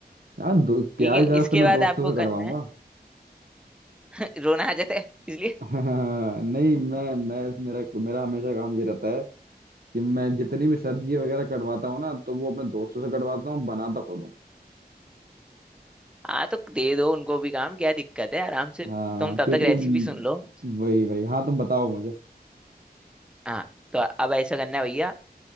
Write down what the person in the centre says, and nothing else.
ठीक है
इसके
बाद
आपको
करना है <laughs> रोना आ जाता है इसलिए
हाँ तो दे दो उनको भी काम क्या दिक्कत है आराम से
तुम तब
तक रेसिपी सुन लो
हाँ तो अब ऐसा करना है भैया